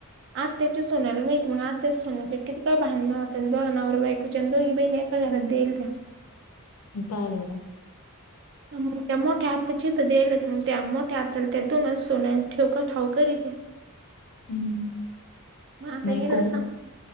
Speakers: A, on the right; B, on the left.
A: आत्याच्या सोनाला माहिती मग आत्याच्या सोनची किती काय भांडण होतं दोन नावर बायकूच्या दोघी बहिणी एका घरात दे ईल त्या.
B: पाय बरं.
A: मग त्या मोठ्या आत्या च्या इथ देईले, तर मग त्या मोठ्या आत्याला त्या दोन सुना ठेऊ का ठाऊ करी त्या.
B: हम्म,
A: मग आता
B: नाही
A: याला
B: कोम,
A: सांग